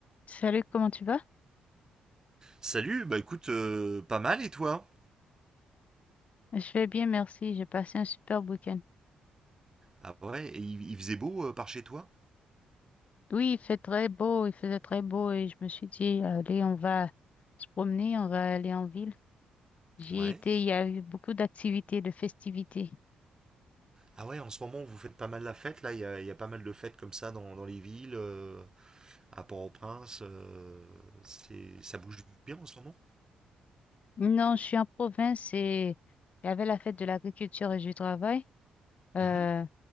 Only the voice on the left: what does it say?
Salut, comment tu vas?
Je vais bien, merci. J'ai passé un super week-end.
Oui, il fait très beau, il faisait très beau et je me suis dit, allez, on va se promener, on va aller en ville. J'y
ai été, il y a eu beaucoup d'activités, de festivités.
Non, je suis en province et il y avait la fête de l'agriculture et du travail. Euh,